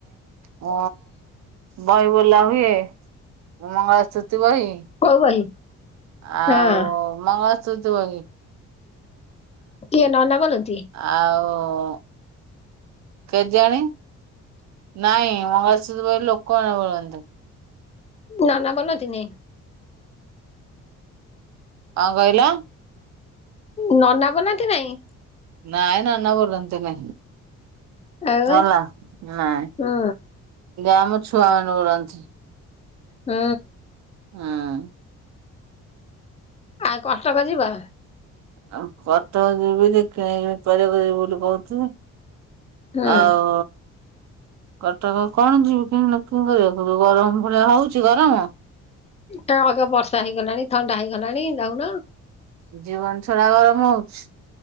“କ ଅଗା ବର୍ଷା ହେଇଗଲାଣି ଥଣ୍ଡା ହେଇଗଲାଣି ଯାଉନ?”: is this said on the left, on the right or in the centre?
Left